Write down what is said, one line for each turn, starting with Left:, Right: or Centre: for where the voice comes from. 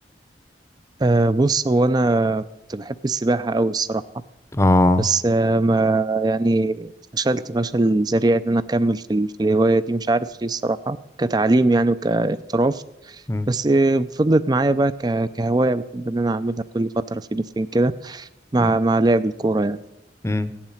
Right: أه بص هو أنا كنت بحب السباحة أوي الصراحة
Left: اه
Right: بس أه ما يعني فشلت فشل ذريع إن أنا أكمل في, ال- في الهواية دي مش عارف ليه الصراحة كتعليم يعني وكاحتراف
Left: مم.
Right: بس أه فضلت معايا بقى ك- كهواية بحب إن أنا أعملها كل فترة فين وفين كده مع
Left: مم.
Right: مع لعب الكورة يعني
Left: مم.